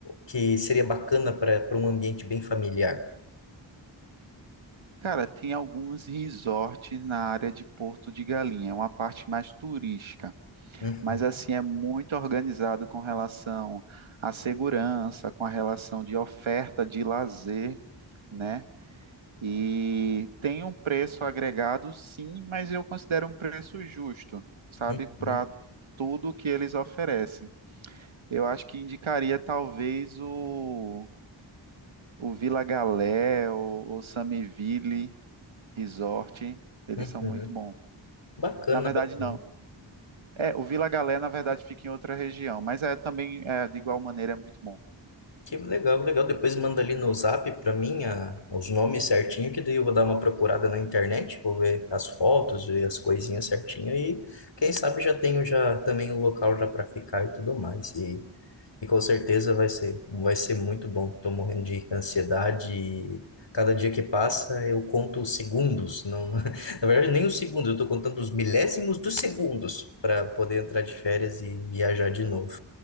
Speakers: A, on the left (about 65°); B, on the right (about 85°).
A: que seria bacana para para um ambiente bem familiar?
B: Cara, tem alguns resorts na área de Porto de Galinha, é uma parte mais turística,
A: Uhum,
B: mas assim é muito organizado com relação à segurança, com a relação de oferta de lazer, né? E tem um preço agregado, sim, mas eu considero um preço justo, sabe,
A: uhum,
B: para tudo que eles oferecem. Eu acho que indicaria talvez o O Vila Galé, o, o Samiville Resort, eles
A: uhum.
B: são muito bons.
A: Bacana,
B: Na verdade,
A: bacana.
B: não. É, o Vila Galé, na verdade, fica em outra região, mas é também, é, de igual maneira, é muito bom.
A: Que legal, legal. Depois manda ali no Zap para mim a- os nomes certinho, que daí eu vou dar uma procurada na internet, vou ver as fotos, ver as coisinhas certinho e quem sabe já tenho já também o local já para ficar e tudo mais. E e com certeza vai ser, vai ser muito bom. Estou morrendo de ansiedade e cada dia que passa eu conto os segundos, não, <laughs> na verdade nem os segundos, eu estou contando os milésimos dos segundos para poder entrar de férias e viajar de novo.